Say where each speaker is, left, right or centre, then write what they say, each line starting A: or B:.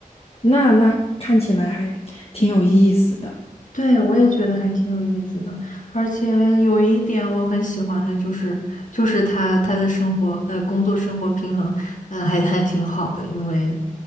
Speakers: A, on the left; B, on the left.
A: 那那看起来还挺有意思的。
B: 对，我也觉得还挺有意思的，而且有一点我很喜欢的就是，就是他他的生活，呃，工作生活平衡，呃，还还挺好的，因为，